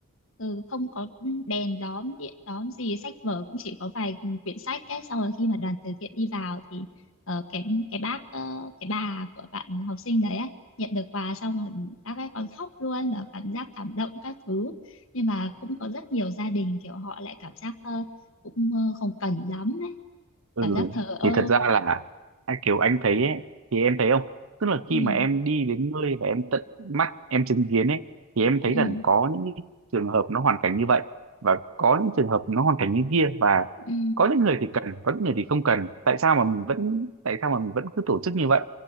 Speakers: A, on the left; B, on the right.
A: ừ, không có đèn đóm điện đóm gì sách vở cũng chỉ có vài quyển sách ấy xong rồi khi mà đoàn từ thiện đi vào thì ờ, cái cái bác ờ, cái bà của bạn học sinh đấy ấy, nhận được quà xong rồi bác ấy còn khóc luôn và cảm giác cảm động các thứ nhưng mà cũng có rất nhiều gia đình kiểu họ lại cảm giác ờ, cũng ờ, không cần lắm ấy
B: ừ
A: cảm giác
B: ừ.
A: thờ ơ
B: thì thật ra là à, kiểu anh thấy ấy, thì em thấy không tức là
A: ừ
B: khi mà em đi đến nơi và em tận mắt em chứng kiến ấy thì em
A: ừ
B: thấy rằng có những cái trường hợp nó hoàn cảnh như vậy và có những trường hợp nó hoàn cảnh như kia và
A: ừ
B: có những người thì cần có những người thì không cần tại sao mà mình vẫn tại sao mà mình vẫn cứ tổ chức như vậy